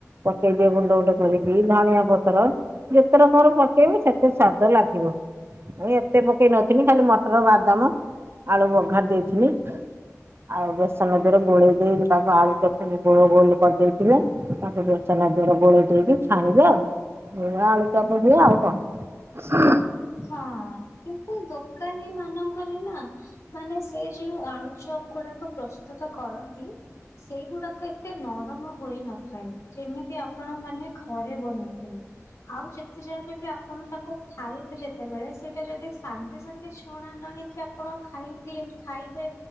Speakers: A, on the right; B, on the left.
A: ପକେଇଦିଏ ଗୁଣ୍ଡ ଗୁଣ୍ଡ କରିକି। ଧଣିଆ ପତର, ଯେତେ ରକମର ପକେଇବ ସେ ତେ ସ୍ଵାଦ ଲାଗିବ। ମୁଁ ଏତେ ପକେଇ ନଥିନି। ଖାଲି ମଟର, ବାଦାମ ଆଳୁ ବଘାରି ଦେଇଥିନି। ଆଉ ବେସନ ଦେରେ ଗୁଳେଇ ଦେଇକି ତାକୁ ଆଳୁ ଚଟନି ଗୋଳ ଗୋଲ କରିଦେଇଥିଲେ। ତାକୁ <unintelligible> ଦିଅର ଗୋଳେଇ ଦେଇକି ଛାଣିବେ ଆଉ। <unintelligible> ଆଳୁଚପ ହୁଏ ଆଉ କଣ। ହ
B: ହଁ କିନ୍ତୁ ଦୋକାନୀ ମାନଙ୍କରେ ନା ମାନେ ସେ ଯେଉଁ ଆଳୁଚପ ଗୁଡାକ ପ୍ରସ୍ତୁତ କରନ୍ତି। ସେଇ ଗୁଡାକ ଏତେ ନରମ ହୋଇନଥାଏ। ଯେମିତି ଆପଣ ମାନେ ଘରେ ବନେଇଥିଲେ। ଆଉ ଯେତେ ଯାହେଲେ ବି ଆପଣ ତାକୁ ଖାଇବେ ଯେ ତେବେଳେ ସେଇଟା ଯଦି ସାଙ୍ଗେ ସାଙ୍ଗେ ଛଣା ନ ହେଇକି ଆପଣ ଖାଇକି ଏମ୍ ଖାଇବେ